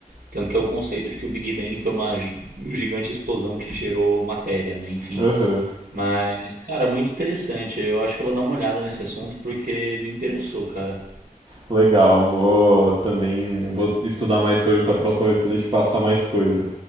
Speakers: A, on the right; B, on the right.
A: Tanto que é o conceito de que o Big Bang foi uma gi- gigante explosão que gerou matéria, né? Enfim.
B: Aham.
A: Mas, cara, muito interessante. Eu acho que eu vou dar uma olhada nesse assunto porque me interessou, cara.
B: Legal, eu vou também, vou estudar mais sobre para a próxima vez poder te passar mais coisas.